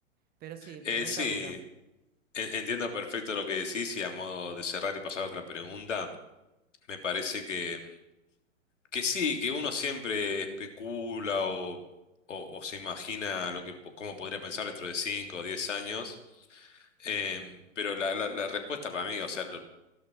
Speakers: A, on the right; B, on the left.
A: Pero sí, pregunta
B: Eh, sí,
A: dura.
B: En- Entiendo perfecto lo que decís y a modo de cerrar y pasar a otra pregunta, me parece que, que sí, que uno siempre especula o, o- o se imagina lo que, po- cómo podría pensar dentro de 5 o 10 años, em, pero la, la- la respuesta para mí, o sea, lo,